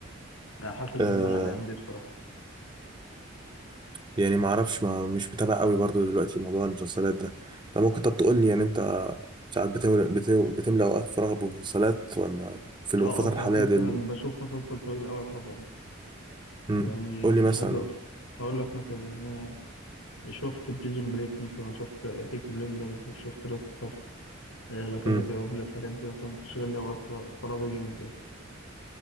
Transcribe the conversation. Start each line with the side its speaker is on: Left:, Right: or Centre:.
Left: آه، حاسس بالزهق
Right: آه
Left: الايام دي بصراحة
Right: يعني ما اعرفش ما مش متابع قوي برضو دلوقتي موضوع المسلسلات ده طب ممكن طب تقول لي يعني انت ساعات بتملى بتو... بتملى اوقات فراغك بمسلسلات ولا في الفتره
Left: اه اه
Right: الحاليه
Left: ساعات مثلا
Right: دول
Left: بشوف مسلسل طويل اوي اتابعه مثلا
Right: امم
Left: يعني
Right: قول لي مثلا
Left: عايز اقول اقول لك مثلا يعني انا شفت بريزون بريك مثلا شفت بيك بلندرز وشفت راس آه، لا كاسا
Right: امم
Left: دي بابل الحاجات دي مثلا بتشغل لي اوقات فراغ- فراغي جامد يعني